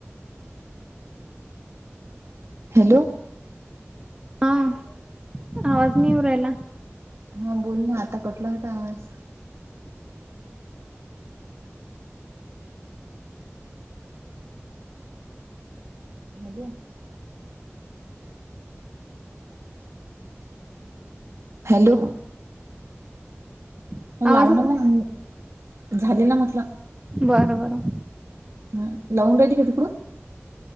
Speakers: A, on the right; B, on the right.
A: हॅलो
B: आ आवाज नाय येऊ राहिला
A: हा बोल ना आता कटला होता आवाज. Hello hello.
B: हा
A: ह
B: आवाज
A: लाव
B: नाही
A: ना
B: येऊ
A: मंग हं झाली ना म्हटलं
B: बरं बरं
A: हा लावून दयायची काय तिकडूनं